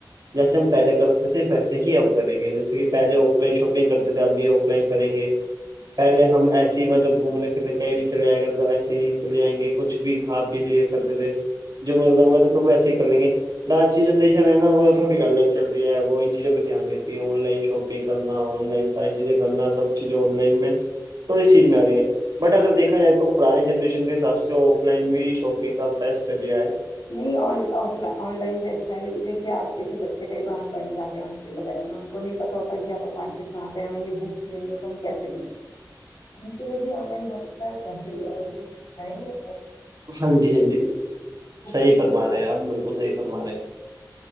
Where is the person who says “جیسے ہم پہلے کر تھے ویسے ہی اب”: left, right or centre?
Right